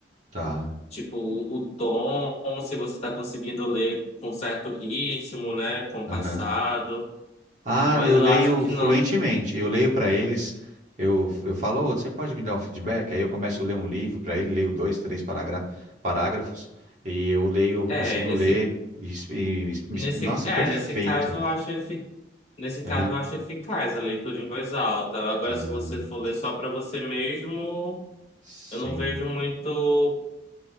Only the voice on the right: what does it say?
tá.
Aham. Ah,
eu
leio
fluentemente.
Eu leio para eles. Eu, eu falo, "Ô, você pode me dar um feedback? Aí eu começo a ler um livro para ele, leio dois, três parágra- parágrafos. E eu leio, eu consigo
ler. e es- e es- me
es- nossa,
perfeito.
Aham.
Ah,
sim.